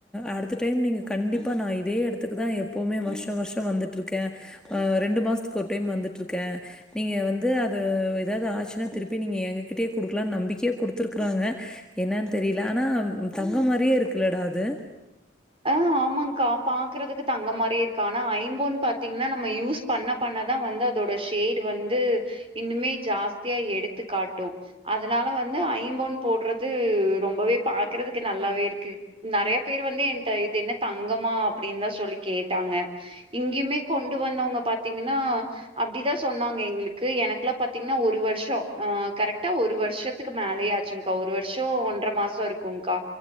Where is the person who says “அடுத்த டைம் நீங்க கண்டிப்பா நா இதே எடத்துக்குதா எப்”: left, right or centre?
Centre